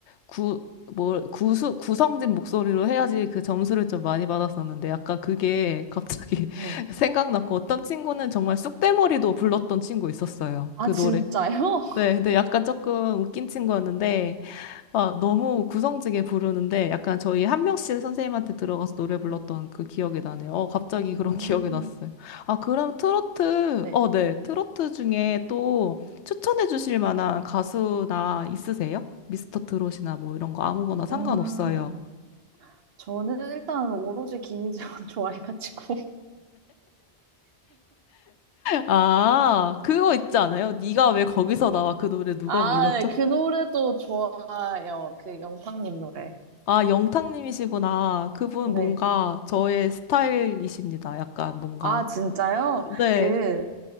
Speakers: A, on the left; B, on the right.
A: 구, 뭐, 구수, 구성진 목소리로 해야지 그 점수를 좀 많이 받았었는데 약간 그게 갑자기
B: 네.
A: <laughs> 생각났고 어떤 친구는 정말 쑥대머리도 불렀던 친구 있었어요.
B: 아,
A: 그
B: 진짜요?
A: 노래.
B: <laughs>
A: 네. 근데 약간 조금 웃긴 친구였는데 아, 너무 구성지게 부르는데 약간 저희 한 명씩 선생님한테 들어가서 노래 불렀던 그 기억이 나네요. 어, 갑자기 그런
B: 음,
A: <laughs> 기억이 났어요. 아, 그럼 트로트,
B: 네.
A: 어, 네. 트로트 중에 또 추천해 주실 만한 가수나 있으세요? 미스터 트롯이나 뭐 이런 거 아무거나 상관없어요.
B: 음. 저는 일단 오로지 김희재만 <laughs> 좋아해가지고.
A: 아, 그거 있지 않아요? 네가 왜 거기서 나와? 그 노래 누가
B: 아,
A: 불렀죠?
B: 네, 그 노래도 좋아요. 그 영탁님 노래.
A: 아, 영탁님이시구나. 그분
B: 네.
A: 뭔가 저의 스타일이십니다. 약간 뭔가.
B: 아, 진짜요?
A: 네.
B: 그,